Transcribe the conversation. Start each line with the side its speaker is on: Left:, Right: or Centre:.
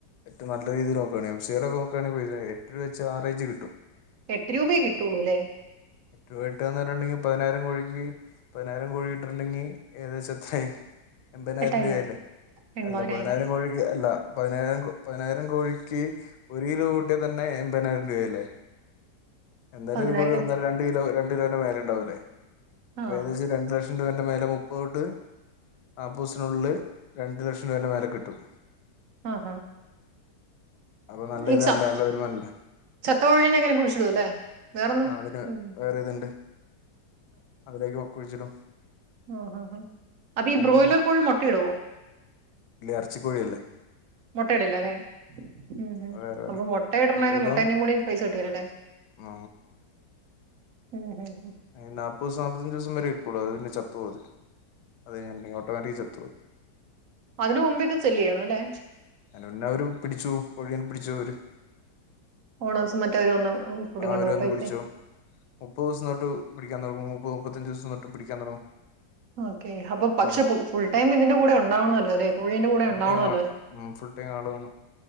Left: ഏറ്റവും നല്ല രീതിയില് നോക്കാനെങ്കില് <unintelligible> എട്ട് രൂപ വെച്ച് ആറേജ് കിട്ടും
Right: എട്ട് രൂപയേ കിട്ടൊള്ളൂല്ലേ
Left: എട്ട് രൂപ എട്ട്ന്ന് പറഞ്ഞിട്ടുണ്ടെങ്കിൽ പതിനായിരം കോഴിക്ക് പതിനായിരം കോഴിട്ട്ണ്ടെങ്കി ഏകദേശം എത്രയായി എൺമ്പതിനായിരം
Right: എട്ടായിരോ
Left: രൂപആയില്ലേ
Right: എൺപതിനായിരം
Left: അല്ല പതിനായിരം കോഴിക്ക് അല്ല പതിനായിരം പതിനായിരം കോഴിക്ക് ഒരു കിലോ കൂട്ടിയാ തന്നെ എൺമ്പതിനായിരം രൂപായില്ലേ എന്തായാലും
Right: പതിനായിരം
Left: ഒരു കോഴി ഒന്നര രണ്ട് കിലോ ട്ട് കിലോന്റെ മേലെ ണ്ടാവുല്ലേ
Right: ആ
Left: <unintelligible> രണ്ട് ലക്ഷം <unintelligible> മുപ്പതൊട്ട് നാപത് സ്ത്തിന്റെ ഉള്ളില് രണ്ട് ലക്ഷം <unintelligible> മേല കിട്ടും
Right: ആ ഹാഹാ
Left: അപ്പൊ നല്ല
Right: ഈ
Left: ഇതല്ല
Right: ചത്ത്
Left: നല്ല വരുമാനല്ലേ
Right: ചത്ത കോയിനെ എങ്ങനെ കുഴിച്ചിടു അല്ലേ വേറൊന്നും
Left: ആ അതിന്
Right: ഉഠ
Left: വേറെ ഇതുണ്ട് അതിലേക്ക് വ കുഴിച്ചിടും
Right: ഹ ഹ ഹ അപ്പൊ ഈ
Left: അതിന്റെ
Right: ബ്രോയിലർ കോഴി മുട്ടയിടുവോ
Left: ഇറച്ചികോഴിയല്ലേ
Right: മുട്ടയിടില്ല അല്ലെ ഉം ഉം
Left: വേറെ വേറെ
Right: അപ്പൊ മുട്ട ഇടണന്
Left: മുട്ടയിടാന്ന്
Right: മുട്ടന്റെയും കൂടി പൈസ കിട്ടിനേയല്ലേ
Left: ആ
Right: ഉം ഉം
Left: അ നാപ്പത് നാപ്പത്തഞ്ച് ദി വസം വരെ നിക്കുള്ളൂ അത് പിന്നെ ചത്ത്പോവത് അത് കഴിഞ്ഞിട്ടുണ്ടെൽ ഓട്ടോമാറ്റിക്ക് ചത്തു പോവും
Right: അതിന് മുമ്പേ ഇത് സെല്ല് ചെയ്യണമല്ലേ
Left: അതിന് മുന്നേ അവര് പിടിച്ചു കോഴീനെ പിടിച്ചു അവര്-
Right: ഫോളോവേഴ്സ് മറ്റേവര് വന്ന് കൂട്ടിക്കൊണ്ടു
Left: ആ അവര്
Right: പോവും
Left: വന്ന്
Right: പൈസയും-
Left: പിടിച്ചു മുപ്പത് ദിവസം തൊട്ട് പിടിക്കാൻ മുപ്പത് മുപ്പത്തഞ്ച് ദിവസം തൊട്ട് പിടിക്കാൻ തുടങ്ങും.
Right: ഓക്കെ, അപ്പൊ പക്ഷെ
Left: ഉം
Right: ഫുൾ ടൈം ഇതിന്റെ കൂടെ ഉണ്ടാവണല്ലോ അല്ലെ, കോഴീന്റെ കൂടെ
Left: ഫുൾ
Right: ഉണ്ടാവണല്ലോ
Left: ടൈം ഫുൾ ടൈം ആള് വേണം